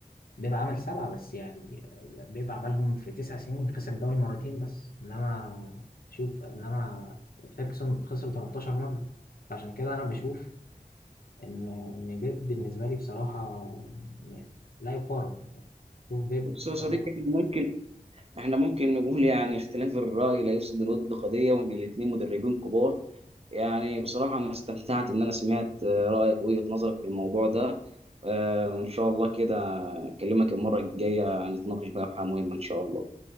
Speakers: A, on the left (about 80°); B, on the right (about 40°).
A: بيبقى عمل سبعة بس يعني بيبقى عملهم في تسع سنين خسر الدوري مرتين بس إنما شوف إنما فيركسون خسر 13 مرة فعشان كده أنا بشوف إن إن بيب بالنسبة لي بصراحة يعني لا يقارن يعني شوف بيب
B: بص يا صديقي
A: المك...
B: احنا ممكن احنا ممكن نقول يعني اختلاف الرأي لا يفسد الود قضية وإن الاتنين مدربين كبار يعني بصراحة أنا استمتعت إن أنا سمعت آه، رأيك ووجهة نظرك في الموضوع ده آه، وإن شاء الله كده أكلمك المرة الجاية نتناقش بقى في حاجة مهمة إن شاء الله